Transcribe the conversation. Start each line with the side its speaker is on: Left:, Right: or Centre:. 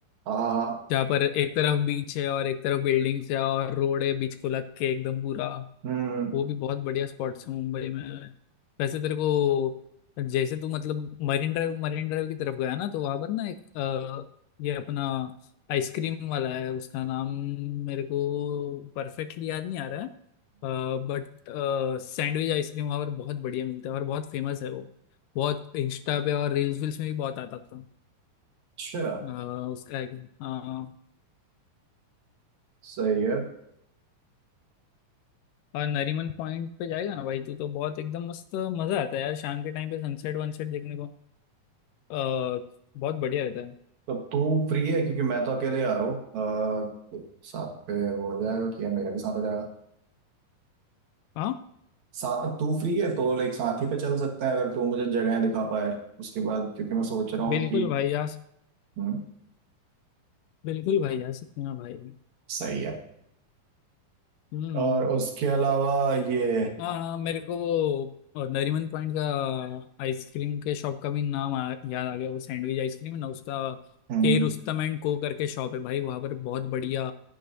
Right: हाँ हाँ, हाँ।
Left: जहाँ पर एक तरफ बीच है और एक तरफ बिल्डिंग्स है और रोड है बीच को लग के एकदम पूरा
Right: हम्म
Left: वो भी बहुत बढ़िया स्पॉट्स है मुंबई में वैसे तेरे को जैसे तू मतलब मरीन ड्राइव मरीन ड्राइव की तरफ गया ना तो वहां पर ना एक अ, ये अपना आइसक्रीम वाला है उसका नाम मेरे को परफेक्टली याद नहीं आ रहा है बट सैंडविच आइसक्रीम वहाँ पर बहुत बढ़िया मिलता है और बहुत फेमस है वो बहुत इंस्टा पे और रील्स वील्स में भी बहुत आता था
Right: अच्छा
Left: अ, उसका एक हाँ
Right: सही है
Left: और नरीमन पॉइंट पे जाएगा ना भाई तू तो बहुत एकदम मस्त मजा आता है यार शाम के टाइम पे सनसेट वनसेट देखने को अ, बहुत बढ़िया रहता है
Right: तो तू फ्री है क्योंकि मैं तो अकेले आ रहा हूँ अह, साथ पे वो हो जाएगा कि मेरा भी साथ हो जाएगा
Left: हाँ
Right: साथ तू फ्री है तो लाइक साथ ही पे चल सकते हैं अगर तू मुझे जगह दिखा पाए उसके बाद क्योंकि मैं सोच रहा हूँ
Left: बिल्कुल
Right: कि
Left: भाई आ सक-
Right: हम्म,
Left: बिल्कुल भाई आ सकते हैं भाई
Right: सही है
Left: हम्म
Right: और उसके अलावा ये
Left: हाँ हाँ मेरे को वो अ, नरीमन पॉइंट का आइसक्रीम के शॉप का भी नाम आ, याद आ गया वो सैंडविच आइसक्रीम है ना उसका
Right: हम्म,
Left: के रुस्तम एंड को करके शॉप है भाई वहाँ पर बहुत बढ़िया